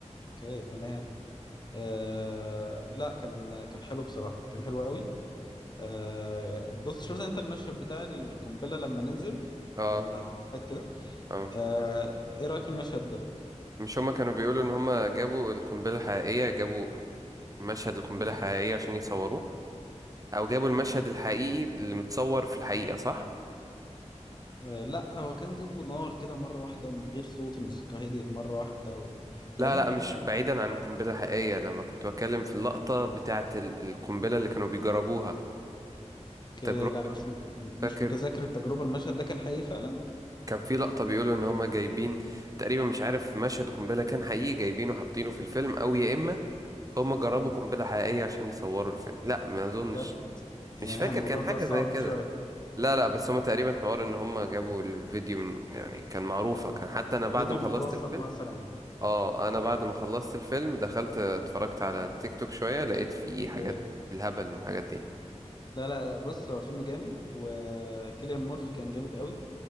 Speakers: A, on the left; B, on the right.
A: اوكي تمام آه لا كان كان حلو بصراحة كان حلو قوي آه بص شفت انت المشهد بتاع القنبلة لما نزل
B: اه
A: لما اتفتحت كده
B: اه
A: آه ايه رأيك في المشهد ده
B: مش هما كانوا بيقولوا ان هما جابوا القنبلة الحقيقية جابوا مشهد القنبلة الحقيقية عشان يصوروه او جابوا المشهد الحقيقي اللي متصور في الحقيقة صح
A: آه لا هو كان جابه نار كده مرة واحدة ومن غير صوت الموسيقى هديت مرة واحدة و... فاهم
B: لا لا مش بعيدا عن القنبلة الحقيقية لما كنت بتكلم في اللقطة بتاعة ال- القنبلة اللي كانوا بيجربوها التجربة
A: ك- لا مش مت... مش
B: فاكر
A: متذكر التجربة المشهد ده كان حقيقي فعلا
B: كان في لقطة بيقولوا ان هما جايبين تقريبا مش عارف مشهد قنبلة كان حقيقي جايبينه حاطينه في الفيلم او يا اما هما جربوا
A: جامد
B: قنبلة حقيقية عشان يصوروا الفيلم لا ما اظنش
A: بجد يعني
B: مش فاكر
A: الموضوع
B: كان
A: ده
B: حاجة
A: صعب
B: زي كده
A: شوية
B: لا لا بس هما تقريبا حوار ان هما جابوا الفيديو من يعني كان معروفة كان
A: آه.
B: حتى انا بعد
A: فيديو
B: ما
A: متوثق
B: خلصت الفيلم
A: مثلا يعني
B: اه انا بعد ما خلصت الفيلم دخلت اتفرجت على التيك توك شوية لقيت فيه حاجات
A: اوكي
B: الهبل من الحاجات دي
A: لا لا لا، بص هو فيلم جامد وكيليان مورفي كان جامد قوي